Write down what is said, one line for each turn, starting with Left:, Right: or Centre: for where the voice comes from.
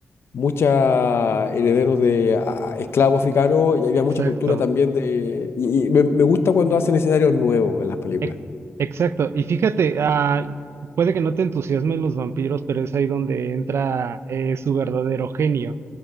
Left: muchos herederos de ah, esclavos africanos y había
Right: Exacto.
Left: mucha cultura también de... Y, y me, me gusta cuando hacen escenarios nuevos en las películas.
Right: Ex- Exacto. Y fíjate, ah, puede que no te entusiasmen los vampiros, pero es ahí donde entra eh, su verdadero genio,